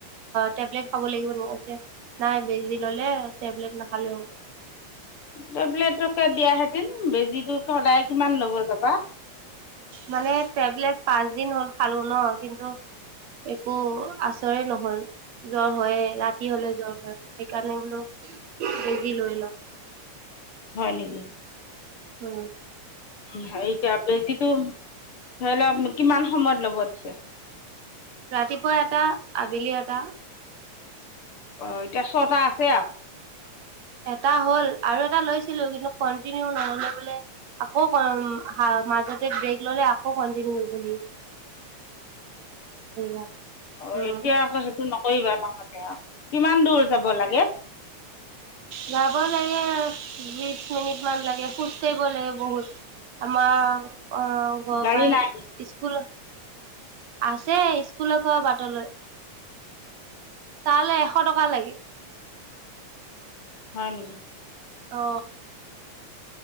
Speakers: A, on the right; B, on the left.
A: টেবলেট খাব লাগিব সেনেকে কৈছে। নাই বেজি ললে টেবলেট নখালেও হ'ব।
B: টেবলেটকে দিয়া হেতিন, বেজিটো সদায় কিমান লব যাবা?
A: মানে টেবলেট পাঁচ দিন হ'ল খালো ন, কিন্তু একো আচৰে নহল। জ্বৰ হয়, ৰাতি হলে জ্বৰ হয়, সেইকাৰণে বোলো বেজি লৈ লওঁ।
B: হয় নেকি?
A: অ।
B: উম' টেবলেট যিটো, ধৰি লওঁ কিমান সময়ত ল'ব দিছে?
A: ৰাতিপুৱা এটা, আবেলি এটা।
B: অ' এতিয়া ছটা আছে আৰু।
A: এটা হ'ল আৰু এটা লৈছিলো কিন্তু কন্টিনিউ নহলে বোলে। আকৌ মাজতে ব্ৰেক ললে, আকৌ কণ্টিনিউ হৈ গলি। লাগিব।
B: অ'
A: উম,
B: এতিয়া আকৌ সেইটো নকৰিবা নহলে আৰু। কিমান দূৰ যাব লাগে?
A: যাব লাগে, বিশ মিনিট মান লাগে খোজ কঢ়িব লাগে বহুত। আমাৰ অ ঘৰ
B: গাড়ী
A: পাই
B: নাই
A: স্কুল, আছে স্কুলৰ পৰাও বাটলৈ। তালে এশ টকা লাগে।
B: হয় নেকি?
A: অ।